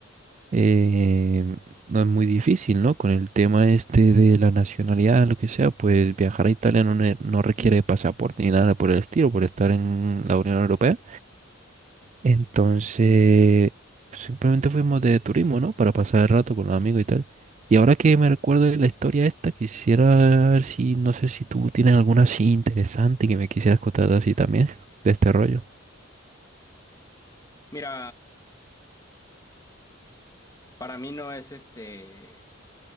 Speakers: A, on the right; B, on the left.
A: eh, no es muy difícil, ¿no? Con el tema este de la nacionalidad, lo que sea, pues viajar a Italia no, ne- no requiere pasaporte ni nada por el estilo, por estar en la Unión Europea. Entonces, simplemente fuimos de turismo, ¿no? Para pasar el rato con los amigos y tal. Y ahora que me recuerdo de la historia esta, quisiera ver si, no sé si tú tienes alguna así interesante que me quisieras contar así también, de este rollo.
B: Mira, Para mí no es este,